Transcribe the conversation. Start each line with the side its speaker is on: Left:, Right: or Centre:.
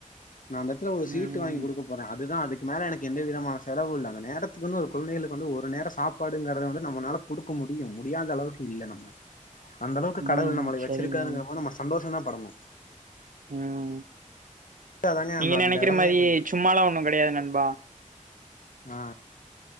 Left: நா அந்தத்துல ஒரு சீட்டு
Right: ம்,
Left: வாங்கி குடுக்க போறே அது இதுதா அதுக்கு மேல எனக்கு எந்த விதமான செலவு இல்ல அந்த நேரத்துகுனு குழந்தைகளுக்கு வந்து ஒரு நேர சாப்பாடுங்கறத வந்து நம்மனால கொடுக்க முடியு முடியாத அளவுக்கு இல்ல நம்ம அந்த அளவுக்
Right: ம்.
Left: கடவுள் நம்மள வச்சுருக்காங்கபோது
Right: சரிங்க.
Left: நம்ம சந்தோஷம் தா படணு
Right: ம்
Left: அதாங்க
Right: நீங்க
Left: அந்த அந்த
Right: நெனைக்கிற
Left: எடமே
Right: மாரி
Left: கொஞ்சோ
Right: சும்மாலா ஒண்ணு கெடையாது நண்பா
Left: ஆ